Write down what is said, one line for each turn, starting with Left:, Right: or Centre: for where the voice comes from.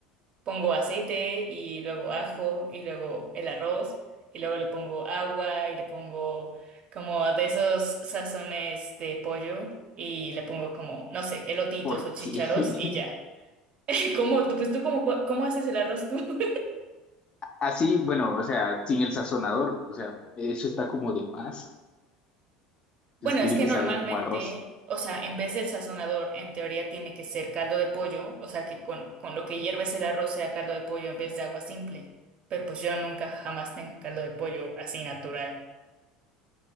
Right: pongo aceite y luego ajo y luego el arroz y luego le pongo agua y le pongo como de esos sazones de pollo y le pongo como, no sé, elotitos
Left: ¿Por
Right: o chícharos
Left: qué? <laughs>
Right: y ya. <laughs> ¿Cómo tú, pues tú cómo, cua- cómo haces el arroz tú? <laughs>
Left: Así, bueno, o sea, sin el sazonador, o sea, eso está como de más.
Right: Bueno,
Left: Entonces tiene
Right: es que
Left: que
Right: normalmente,
Left: saber como arroz.
Right: o sea, en vez del sazonador, en teoría tiene que ser caldo de pollo, o sea, que con, con lo que hierves el arroz sea caldo de pollo en vez de agua simple. Pero pues yo nunca jamás tengo caldo de pollo así natural.